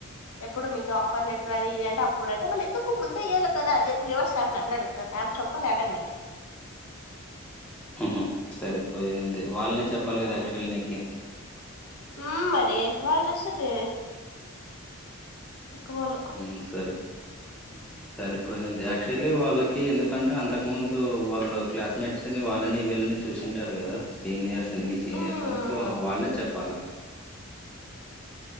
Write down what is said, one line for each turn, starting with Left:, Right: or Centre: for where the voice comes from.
Left: ఎప్పుడు మీకు ఆఫర్ లెటర్ అది ఇది అంట అప్పుడ్ అంటే మళ్ళీ ఎందుకు ముందేయ్యాలి గదా అ రివర్స్ ఆమె నన్ను అడు ఆమె చెప్పాలి డాడ అన్నకి
Centre: హుహు సరిపోయింది వాళ్ళే చెప్పాలి గదా అక్క్షవల్ నీకి
Left: ఉమ్ మరి వాళ్ళు చూస్తది తిక్కలోళ్ళు
Centre: మ్ సరే ఉ సరిపోయింది అక్చువల్లీ వాళ్ళకి ఎందుకంటే అంతకు ముందు వాళ్ళు క్లాస్మేట్స్ అని వాళ్ళని వీళ్ళని చూసింటారు గదా సీనియర్స్ని మీ సీనియర్స్ని
Left: మ్మ్
Centre: సో వాళ్ళే చెప్పాలా